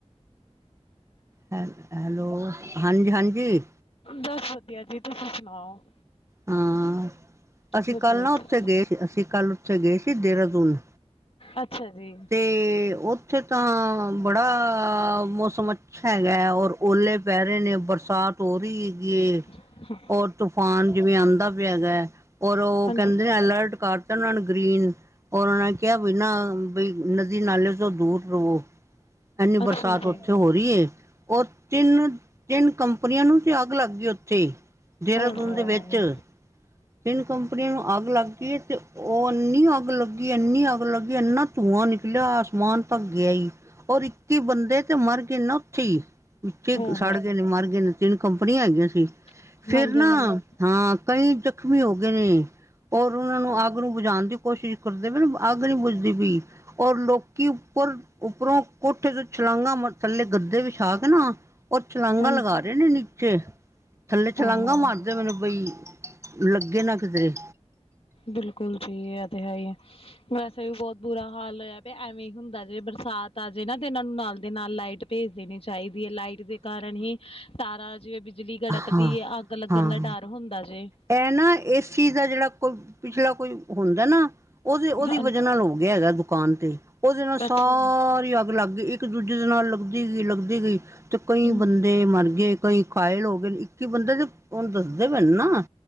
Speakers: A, on the right; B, on the left.
A: ਹੈ ਹੈਲੋ ਹਾਂਜੀ ਹਾਂਜੀ।
B: ਬਸ ਵਧੀਆ ਜੀ ਤੁਸੀਂ ਸੁਣਾਓ।
A: ਹਾਂ ਅਸੀਂ
B: ਵਧੀਆ
A: ਕੱਲ ਨਾ ਉੱਥੇ
B: ਜੀ
A: ਗਏ ਸੀ ਅਸੀਂ ਕੱਲ ਉੱਥੇ ਗਏ ਸੀ ਦੇਹਰਾਦੂਨ।
B: ਅੱਛਾ ਜੀ।
A: ਅਤੇ ਉੱਥੇ ਤਾਂ ਬੜਾ ਮੌਸਮ ਅ ਅੱਛਾ ਹੈਗਾ ਔਰ ਓਲੇ ਪੈ ਰਹੇ ਨੇ ਬਰਸਾਤ ਹੋ ਰਹੀ ਹੈਗੀ ਏ।
B: ਹੂ
A: ਓਰ ਤੂਫਾਨ ਜਿਵੇਂ ਆਉਂਦਾ ਪਿਆ ਹੈਗਾ ਔਰ ਉਹ
B: ਹਾਂਜੀ
A: ਕਹਿੰਦੇ ਅਲਰਟ ਕਰ। ਉਹਨਾਂ ਨੂੰ ਗ੍ਰੀਨ ਔਰ ਉਹਨਾਂ ਨੇ ਕਿਹਾ ਵੀ ਨਾ ਬਈ ਨਦੀ ਨਾਲੇ ਤੋਂ ਦੂਰ ਰਵੋ ਇਨੀ
B: ਅੱਛਾ
A: ਬਰਸਾਤ
B: ਜੀ
A: ਉੱਥੇ ਹੋ ਰਹੀ ਏ ਔਰ ਤਿੰਨ ਤਿੰਨ ਕੰਪਨੀਆਂ ਨੂੰ ਤੇ ਅੱਗ ਲੱਗ ਗਈ ਉੱਥੇ। ਦੇਹਰਾਦੂਨ
B: ਓਹੋ
A: ਦੇ ਵਿੱਚ ਤਿੰਨ ਕੰਪਨੀਆਂ ਨੂੰ ਅੱਗ ਲੱਗ ਗਈ ਏ ਤੇ ਉਹ ਇੰਨੀ ਅੱਗ ਲੱਗੀ ਇੰਨੀ ਅੱਗ ਲੱਗੀ ਇੰਨਾ ਧੂੰਆਂ ਨਿਕਲਿਆ ਆਸਮਾਨ ਤਕ ਗਿਆ। ਔਰ ਇੱਕੀ ਬੰਦੇ ਤੇ ਮਰ ਗਏ ਨਾ ਉੱਥੇ ਹੀ ਵਿੱਚੇ
B: ਓਹੋ
A: ਸੜ ਗਏ ਨੇ ਮਰ ਗਏ ਨੇ। ਤਿੰਨ ਕੰਪਨੀਆਂ ਹੈਗੀਆਂ ਸੀ
B: ਹਾਂਜੀ
A: ਫੇਰ ਨਾ
B: ਹਾਂਜੀ
A: ਹਾਂ ਕਈ ਜਖਮੀ ਹੋ ਗਏ ਨੇ ਔਰ ਉਹਨਾਂ ਨੂੰ ਅੱਗ ਨੂੰ ਬੁਜਾਉਣ ਦੀ। ਕੋਸ਼ਿਸ਼ ਕਰਦੇ ਪਏ ਨੇ ਅੱਗ ਨੀ ਬੁਝਦੀ ਪਈ ਔਰ ਲੋਕ ਕਿ ਉੱਪਰ ਉੱਪਰੋਂ ਕੋਠੇ ਤੋਂ ਛਲਾਂਘਾ ਥੱਲੇ ਗੱਦੇ ਵਿਛਾ ਕੇ ਨਾ ਉਹ ਛਲਾਂਘਾ
B: ਹਾਂਜੀ
A: ਲਗਾ ਰਹੇ ਨੇ ਨੀਚੇ ਥੱਲੇ ਛਲਾਂਘਾ
B: ਓਹੋ
A: ਮਾਰਦੇ ਪਏ ਨੇ ਬਈ। ਲੱਗੇ ਨਾ ਕਿਧਰੇ
B: ਬਿਲਕੁਲ ਜੀ ਇਹ ਤੇ ਹੈ ਹੀ। ਵੈਸੇ ਵੀ ਬਹੁਤ ਬੁਰਾ ਹਾਲ ਹੋਇਆ ਪਿਆ ਐਵੇਂ ਹੀ ਹੁੰਦਾ ਜੇ ਬਰਸਾਤ ਆ ਜੇ ਨਾ ਤੇ ਇਹਨਾਂ ਨੂੰ ਨਾਲ ਦੇ ਨਾਲ ਲਾਈਟ ਭੇਜ ਦੇਣੀ ਚਾਹੀਦੀ ਹੈ ਲਾਈਟ ਦੇ ਕਾਰਨ ਹੀ ਸਾਰਾ ਜਿਵੇਂ ਬਿਜਲੀ ਗੜਕਦੀ
A: ਹਾਂ
B: ਹੈ ਅੱਗ ਲੱਗਣ
A: ਹਾਂ
B: ਦਾ ਡਰ ਹੁੰਦਾ ਜੇ
A: ਇਹ ਨਾ ਏਸੀ ਦਾ ਜਿਹੜਾ ਕੋ ਪਿਛਲਾ ਕੋਈ ਹੁੰਦਾ ਨਾ। ਉਹਦੇ ਉਹਦੀ
B: ਹਾਂ,
A: ਵਜਾ ਨਾਲ ਹੋ ਗਿਆ ਹੈਗਾ ਦੁਕਾਨ ਤੇ ਉਹਦੇ ਨਾਲ ਸਾਰੀ
B: ਅੱਛਾ
A: ਅੱਗ ਲੱਗ ਗੀ ਇੱਕ ਦੂਜੇ ਦੇ ਨਾਲ ਲੱਗਦੀ ਗਈ ਲੱਗਦੀ ਗਈ ਤੇ
B: ਹਮ
A: ਕਈ ਬੰਦੇ ਮਰ ਗਏ। ਕਈ ਕਾਇਲ ਹੋ ਗਏ ਇੱਕ ਹੀ ਬੰਦੇ ਦੇ ਹੁਣ ਦੱਸਦੇ ਪਏ ਨਾ